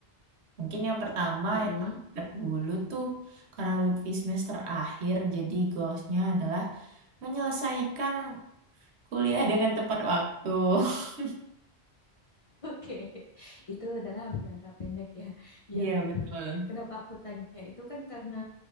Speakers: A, on the right; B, on the left.
A: Mungkin yang pertama,
B: Mm-mm.
A: yang terdekat dulu tuh, karena Lutfi semester akhir, jadi goalsnya adalah menyelesaikan kuliah dengan tepat waktu. <laughs>
B: <laughs> Oke, itu dalam jangka pendek ya. Iya
A: Iya,
B: benar-benar.
A: betul.
B: Kenapa aku tanya itu kan karena